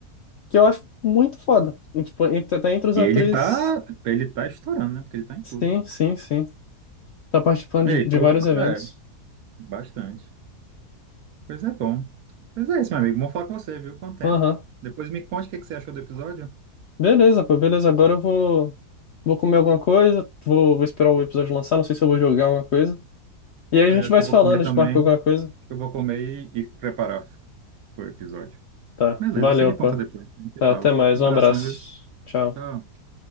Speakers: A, on the left; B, on the right.
A: que eu acho muito foda. E, tipo, entre- tá entre os
B: E
A: atores.
B: ele tá. Ele tá estourando, né? Porque ele tá em
A: Sim,
B: tudo.
A: sim, sim. Tá participando
B: Ei,
A: de, de
B: pô,
A: vários eventos.
B: é, bastante. Pois é bom. Pois é isso, meu amigo. Vamos falar com você, viu? Quanto tempo?
A: Aham.
B: Depois me conte o que que você achou do episódio.
A: Beleza, pô, beleza. Agora eu vou, vou comer alguma coisa, vou, vou esperar o episódio lançar, não sei se eu vou jogar alguma coisa. E aí a gente
B: É, acho
A: vai
B: que
A: se
B: eu vou
A: falando,
B: comer
A: a
B: também.
A: gente marca alguma coisa.
B: Acho que eu vou comer e, e preparar pro episódio.
A: Tá,
B: Beleza,
A: valeu,
B: você me
A: pô.
B: conta depois. A gente
A: Tá,
B: se fala.
A: até mais,
B: Um
A: um
B: abração,
A: abraço.
B: viu?
A: Tchau.
B: Tchau.